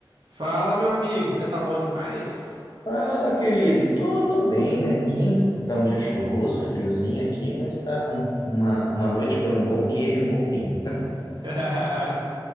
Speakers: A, on the right; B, on the left.
A: Fala, meu amigo, você tá bom demais?
B: Fala, querido. Tô, tô bem, né? Indo. Tá um dia chuvoso, friozinho aqui, mas tá um- uma, uma noite para um bom queijo e um bom vinho.
A: <laughs>